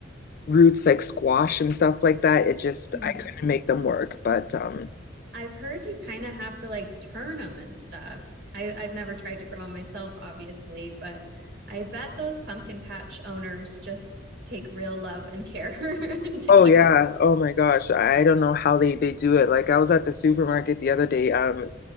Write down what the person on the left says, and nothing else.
roots like squash and stuff like that. It just
I couldn't make them work. But um
oh
yeah.
Oh my gosh. I don't know how they they do it. Like I was at the supermarket the other day. Um